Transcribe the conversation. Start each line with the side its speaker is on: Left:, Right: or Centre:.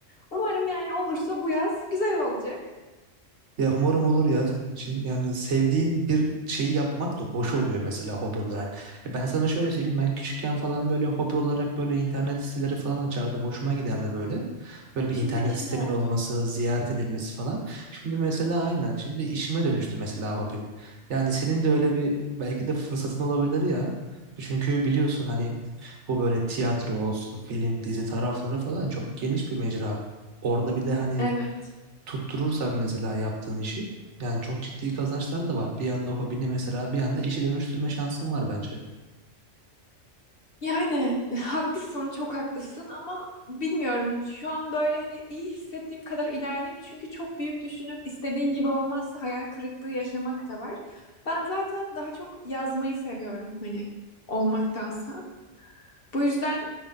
Left: Umarım yani olursa bu yaz güzel olacak.
Right: Ya umarım olur ya senin için. Yani sevdiğin bir şeyi yapmak da hoş oluyor mesela hobi olarak. E ben sana şöyle söyleyeyim ben küçükken falan böyle hobi olarak böyle internet siteleri falan açardım. Hoşuma giderdi böyle. Böyle bir
Left: Şimdi
Right: internet
Left: işin
Right: sistemin
Left: oldu.
Right: olması, ziyaret edilmesi falan. Şimdi mesela aynen şimdi işime dönüştü mesela hobim. Yani senin de öyle bir belki de fırsatın olabilir ya. Çünkü biliyorsun hani bu böyle tiyatro olsun, film, dizi tarafları falan çok geniş bir mecra. Orada bir de hani
Left: Evet.
Right: tutturursan mesela yaptığın işi yani çok ciddi kazançlar da var. Bir yanda hobini mesela bir yanda işe dönüştürme şansın var bence.
Left: Yani <laughs> haklısın, çok haklısın ama bilmiyorum. Şu an böyle hani iyi hissettiğim kadar ilerleyeyim. Çünkü çok büyük düşünüp istediğin gibi olmazsa hayal kırıklığı yaşamak da var. Ben zaten daha çok yazmayı seviyorum hani olmaktansa. Bu yüzden